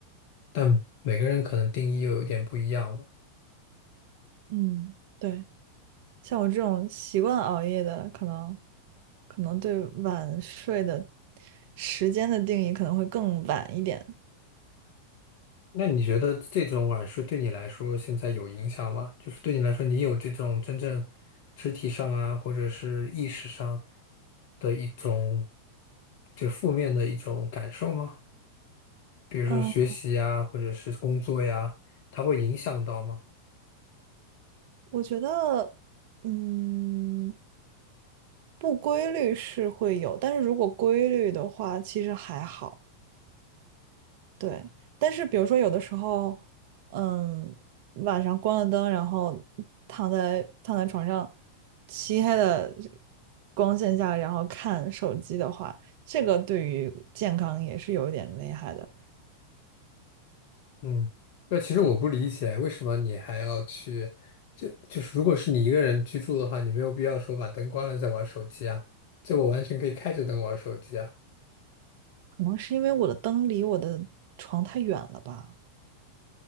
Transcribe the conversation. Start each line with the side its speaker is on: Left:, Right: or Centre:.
Left: 但每个人可能定义又有点不一样吧。
Right: 嗯，对，像我这种习惯熬夜的，可能可能对晚睡的时间的定义可能会更晚一点。
Left: 那你觉得这种晚睡对你来说现在有影响吗？就是对你来说，你有这种真正肢体上啊，或者是意识上的一种，就负面的一种感受吗？比如说学习呀，
Right: 嗯，
Left: 或者是工作呀，它会影响到吗？
Right: 我觉得，嗯，不规律是会有，但是如果规律的话，其实还好。对，但是比如说有的时候，嗯，晚上关了灯，然后躺在躺在床上，漆黑的光线下，然后看手机的话，这个对于健康也是有一点危害的。
Left: 嗯，那其实我不理解，
Right: 对，
Left: 为什么你还要去，就就是如果是你一个人居住的话，你没有必要说把灯关了再玩手机啊，就我完全可以开着灯玩手机啊。
Right: 可能是因为我的灯离我的床太远了吧，